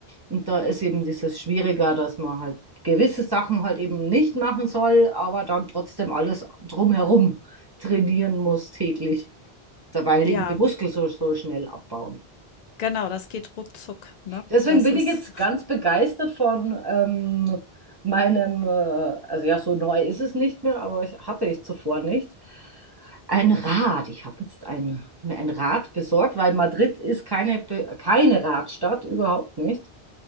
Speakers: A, on the right; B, on the left.
A: Und da ist eben dieses Schwieriger, dass man halt gewisse Sachen halt eben nicht machen soll, aber dann trotzdem alles drumherum trainieren muss täglich, weil
B: Ja.
A: eben die Muskeln so, so schnell abbauen.
B: Genau, das geht ruckzuck, ne?
A: Deswegen
B: Das
A: bin
B: ist
A: ich jetzt ganz begeistert von ähm, meinem, äh, also ja, so neu ist es nicht mehr, aber ich, hatte ich zuvor nicht, ein Rad. Ich habe jetzt ein, mir ein Rad besorgt, weil Madrid ist keine, Be- keine Radstadt, überhaupt nicht.